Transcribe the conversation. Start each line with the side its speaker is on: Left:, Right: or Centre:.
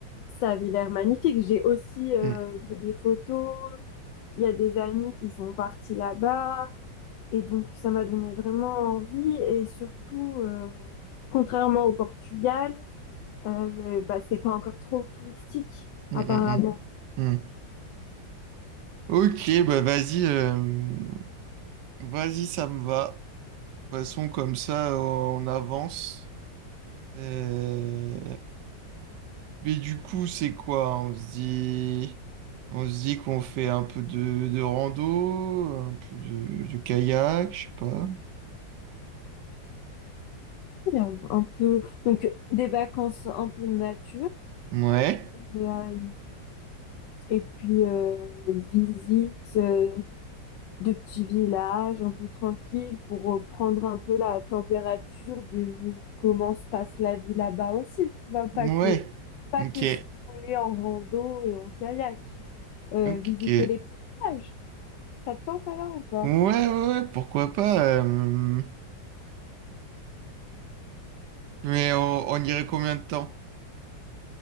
Left: ça avait l'air magnifique. J'ai aussi euh,
Right: Mm,
Left: vu des photos. Il y a des amis qui sont partis là-bas. Et donc, ça m'a donné vraiment envie. Et surtout, euh, contrairement au Portugal, euh, bah, c'est pas encore trop touristique,
Right: mm,
Left: apparemment.
Right: mm, mm, mm. Ok, bah vas-y, euh, vas-y, ça me va. De toute façon, comme ça, on avance. Euh, Mais du coup, c'est quoi? On se dit, on se dit qu'on fait un peu de, de rando, un peu de, de kayak, je sais pas.
Left: Il y a Un peu, donc, des vacances un peu nature.
Right: Ouais.
Left: Et, euh, et puis, euh, visite. euh, de petits villages un peu tranquilles pour euh, prendre un peu la température de comment se passe la vie là-bas aussi, tu vois, pas
Right: Ouais,
Left: que pas
Right: ok,
Left: que s'isoler en rando et en kayak, Euh,
Right: ok.
Left: visiter
Right: ok.
Left: les petits villages. Ça te tente alors ou pas?
Right: Ouais, ouais, ouais, pourquoi pas. euh, Mais on, on irait combien de temps?